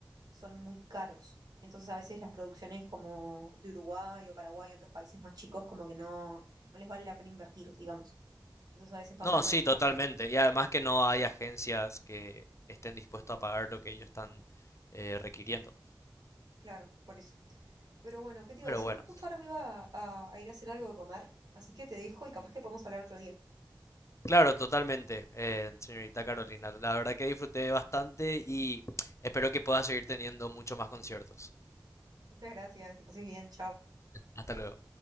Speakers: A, on the right (about 60°); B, on the left (about 40°).
A: son muy caros. Entonces a veces las producciones como de Uruguay o Paraguay y otros países más chicos como que no, no les vale la pena invertir, digamos. Entonces a veces pasa
B: No,
A: eso.
B: sí, totalmente. Y además que no hay agencias que estén dispuestas a pagar lo que ellos están eh, requiriendo.
A: Claro, por eso. Pero bueno, ¿qué te iba
B: Pero
A: a decir?
B: bueno.
A: Justo ahora me iba a, a a ir a hacer algo de comer, así que te dejo y capaz que podemos hablar otro día.
B: Claro, totalmente, eh, señorita Carolina. La verdad que disfruté bastante y espero que pueda seguir teniendo muchos más conciertos.
A: Muchas gracias, que pases bien, chao.
B: Hasta luego.